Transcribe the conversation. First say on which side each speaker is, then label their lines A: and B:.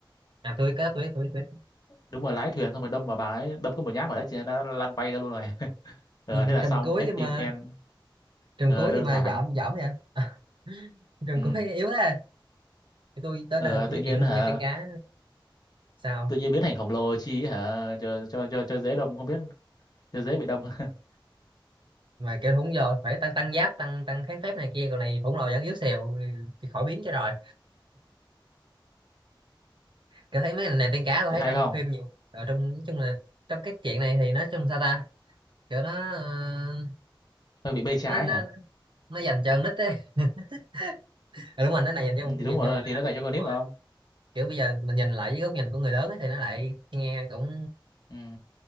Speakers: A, on the right; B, on the left.
A: à tôi có tôi biết tôi biết tôi biết
B: đúng rồi lái thuyền xong rồi đâm vào bà ấy đâm có một nhát vào đấy chị ấy đã lăn quay ra luôn rồi ờ,
A: nhìn
B: thế là
A: trầm
B: xong
A: cuối
B: hết
A: nhưng
B: phim
A: mà
B: end
A: trầm
B: ờ,
A: cuối
B: đơn
A: nhưng mà
B: giản
A: dởm dởm vậy à, <laughs> trầm
B: ừ.
A: cuối yếu thế Cái tôi tới
B: ờ,
A: đời
B: tự
A: tôi biết
B: nhiên
A: chuyện
B: hả
A: đẹp tiên cá sao
B: tự nhiên biến thành khổng lồ chi hả cho cho cho cho dễ đâm không biết cho dễ bị đâm <laughs>
A: mà kêu không giờ phải tăng tăng giáp tăng tăng kháng phép này kia còn này khổng lồ vẫn yếu xìu thì khỏi biến cho rồi kiểu thấy mấy cái này tiên cá tôi
B: chị
A: thấy
B: hay
A: trong
B: không
A: phim nhiều ở trong nói chung là trong cái chuyện này thì nói chung sao ta kiểu nó ờ,
B: hơi bị mê trái
A: nó nó
B: hả
A: nó dành cho con nít ấy <laughs> Ừ, đúng rồi nó này dành cho
B: ừ, thì đúng
A: dành
B: rồi
A: cho người
B: thì
A: đọc
B: nó dành cho con
A: Đúng
B: nít mà không
A: kiểu bây giờ mình nhìn lại với góc nhìn của người lớn ấy, thì nó lại nghe cũng
B: ừ.